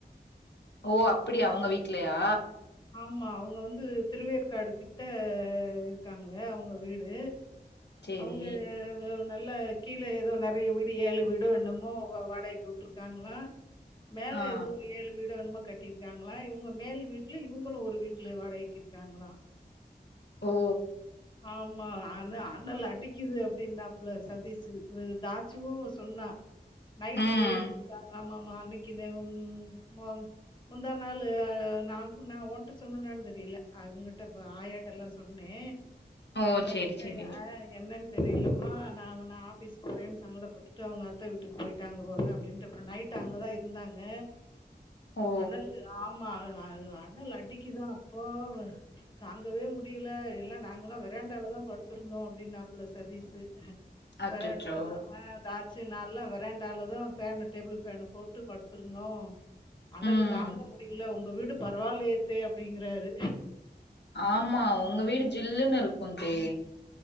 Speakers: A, on the left; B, on the left.
A: ஓ அப்டியா அவுங்க வீட்லயா
B: ஆமா அவுங்க வந்து திருவேற்காடு கிட்ட இருக்காங்க அவுங்க வீடு
A: சேரி
B: அவுங்க நல்ல கீழே எதோ நெறைய வீடு ஏழு வீடோ என்னமோ வா வாடகைக்கு விட்டிருக்காங்களா மேல
A: ஆ
B: எதோ ஒரு ஏழு வீடோ என்னமோ கட் டி இருக்காங்களா இவங்க மேல் வீட் ட்ல இவங்களு ஒரு வீட்ல வாடகைக்கு இருக்காங்ளா
A: ஓ
B: ஆம் ம்மா அன அனல் அடிக்குது அப்டின்னாப்ல சதீஷு இவரு தாட்ச்சுவு சொன்னா நைட்டு
A: ம்
B: போயிருந்துருக்காங்க ஆமா மா அன்னைக்கு நே ம் மு முந்தா நாளு நான் நா ஓன்ட்ட சொன்னனான் தெரியல அவெங்கட்ட ப ஆயாட்டலா சொன்னே
A: ஓ
B: ஆஹ்
A: சேரி
B: என்ன
A: சேரி
B: ஆஹ் என்னனு தெரியலமா நா நா ஆபீஸ் போறேன்னு சங்கடப்பட்டுட்டு அவுங்க அத்த வீட்டுக்கு போயிட்டாங்க போல அப்டின்ட்டு அப்றோ நைட்டு அங்கதா இருந்தாங்க
A: ஓ
B: அனலு ஆமாஹ் <unintelligible> அனலடிக்கிதா அப்பா தாங்கவே முடியில எல்லா நாங்கல்லா வெறாண்டாலதா படுத்திருந்தோ அப்படின்னாப்புல சதீஷ்
A: அச்சச்சோ
B: வராண்டாலதா ஆ தா ச்சி நால்லா வெரண்டாலதான் ஃபேன் டேபிள் ஃபேன் போட்டு படுத்திருந்தோ அனலு
A: ம்
B: தாங்க முடியல ஒங் ங்க வீடு ப பரவாயில்லியத்தே அப்டிங்கிறாரு
A: ஆமா ஒங்க வீடு ஜில்லுன்னு இருக்கும் தே